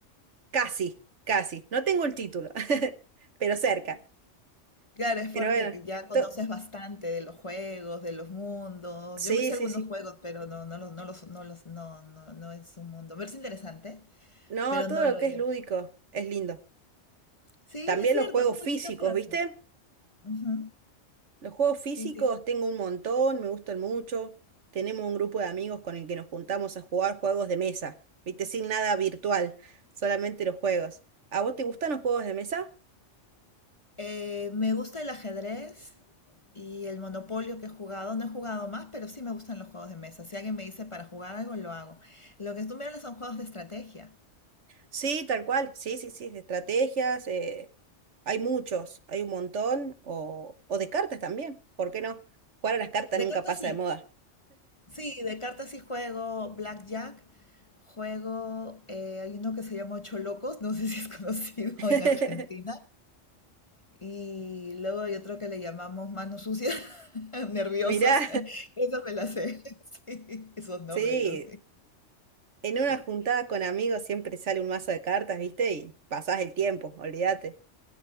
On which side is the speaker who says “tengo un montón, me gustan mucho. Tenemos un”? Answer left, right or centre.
Right